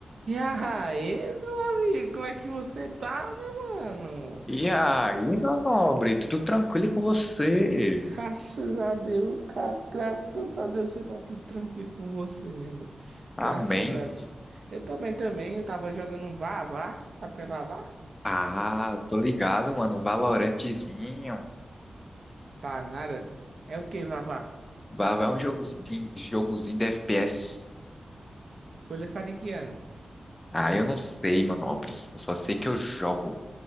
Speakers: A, on the right (about 65°); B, on the left (about 15°).
A: E aí, meu amigo, como é que você tá, meu mano?
B: E aí, meu nobre, tudo tranquilo com você?
A: Graças a Deus, cara. Graças a Deus, você tá tudo tranquilo com você, meu amigo.
B: Amém.
A: Graças a Deus. Eu tô bem também, eu tava jogando um Vavá. Sabe o que é Vavá?
B: Ah, tô ligado, mano. Valorantezinho.
A: Tá nada. É o que, Vavá?
B: Vai é um jogozinho, jogozinho de FPS.
A: Foi lançado em que ano?
B: Ah, eu não sei, meu nobre. Eu só sei
A: Ó,
B: que eu jogo.